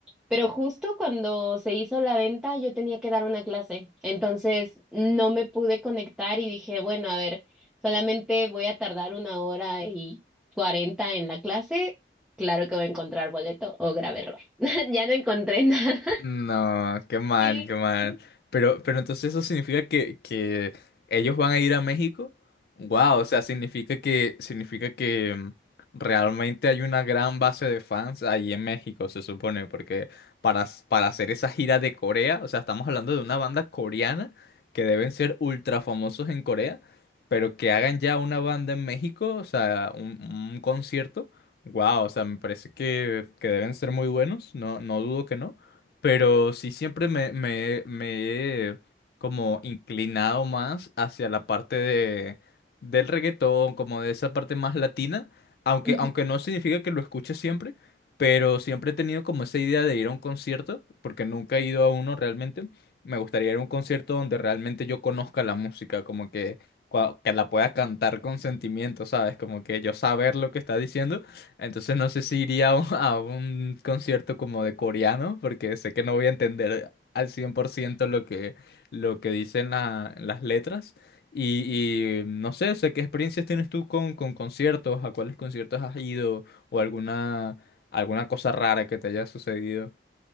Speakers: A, in the centre; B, on the left.
A: Pero justo cuando se hizo la venta, yo tenía que dar una clase. Entonces no me pude conectar y dije, bueno, a ver, solamente voy a tardar una hora y cuarenta en la clase. Claro que voy a encontrar boleto o grave error. <laughs> Ya no encontré nada.
B: No, qué mal,
A: <laughs>
B: qué mal. Pero, pero entonces eso significa que, que ellos van a ir a México. Wow, o sea, significa que, significa que mm, realmente hay una gran base de fans ahí en México, se supone, porque para, s- para hacer esa gira de Corea, o sea, estamos hablando de una banda coreana que deben ser ultra famosos en Corea, pero que hagan ya una banda en México, o sea, un, un concierto. Wow, o sea, me parece que, que deben ser muy buenos, no, no dudo que no. Pero sí siempre me, me, me he como inclinado más hacia la parte de, del reggaetón, como de esa parte más latina, aunque,
A: Sí.
B: aunque no significa que lo escuche siempre, pero siempre he tenido como esa idea de ir a un concierto, porque nunca he ido a uno realmente. Me gustaría ir a un concierto donde realmente yo conozca la música, como que, cua- que la pueda cantar con sentimiento, ¿sabes? Como que yo saber lo que está diciendo entonces no sé si iría <laughs> a un, a un concierto como de coreano, porque sé que no voy a entender al 100% lo que, lo que dicen la- las letras. Y, y, no sé, o sea, ¿qué experiencias tienes tú con, con conciertos? ¿A cuáles conciertos has ido? ¿O alguna, alguna cosa rara que te haya sucedido?